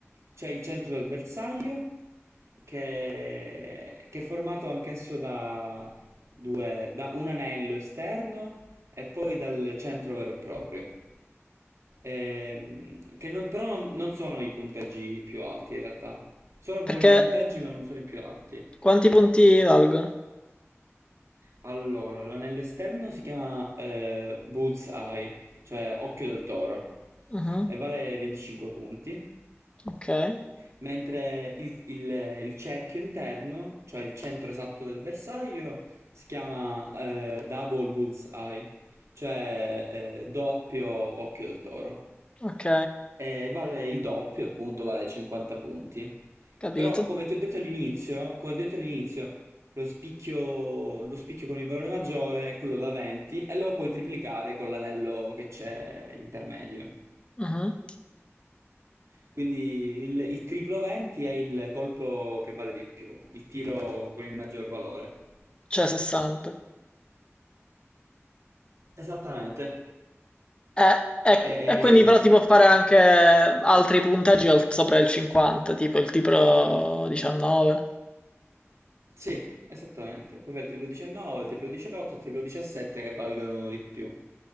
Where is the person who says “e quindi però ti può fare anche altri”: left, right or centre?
Left